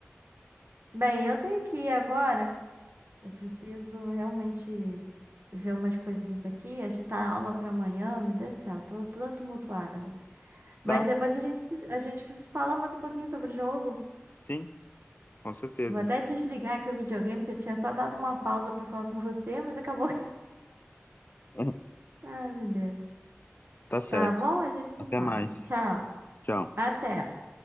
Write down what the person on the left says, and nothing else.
Tá,
sim, com certeza.
<laughs>
Tá certo.
Até
mais.
Tchau.